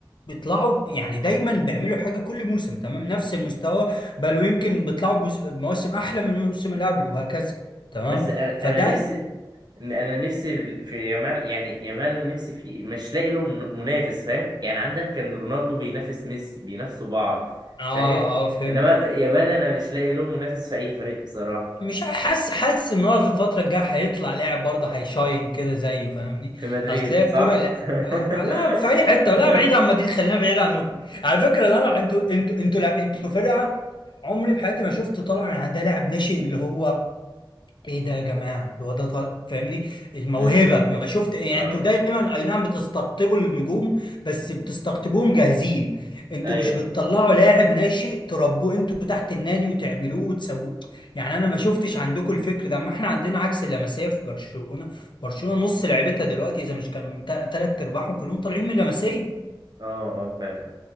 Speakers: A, on the left; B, on the right.
A: بيطلعوا ب- يعني دايما بيعملوا حاجه كل موسم تمام نفس المستوى بل ويمكن بيطلعوا بموس- بمواسم احلى من الموسم اللي قبله وهكذا تمام
B: بس انا
A: فده
B: انا نفسي انا نفسي في يامال يعني يامال نفسي في مش لاقي له من- منافس فاهم يعني عندك كان رونالدو بينافس ميسي بينافسوا بعض
A: اه
B: فاهم
A: اه فهمت
B: انما يامال انا مش لاقي له منافس في اي فريق بصراحة
A: مش حاسس حاسس ان هو في الفتره الجايه هيطلع لاعب برضه هيشاين كده زيه فاهمني
B: في مدريد
A: اصل هي الكوره
B: صح
A: لا
B: <laughs>
A: آه، لا في اي حته لا بعيد عن مدريد خلينا بعيد عنكم على فكره لا لا، انتوا انتوا انتوا لا انتوا فرقه عمري في حياتي ما شفت طالع من عندها لاعب ناشئ اللي هو ايه ده يا جماعه هو ده طالع فاهمني الموهبه
B: امم
A: ما شفت يعني
B: اه
A: انتوا دايما اي نعم بتستقطبوا النجوم بس بتستقطبوهم جاهزين انتوا
B: ايوه
A: مش بتطلعوا لاعب ناشئ تربوه انتوا تحت النادي وتعملوه وتسووه يعني انا ما شفتش عندكم الفكر ده اما احنا عندنا عكس اللمسيه في برشلونه برشلونه نص لعيبتها دلوقتي اذا مش كان ثلاث ارباعهم كلهم طالعين من اللمسيه
B: اه اه فعلا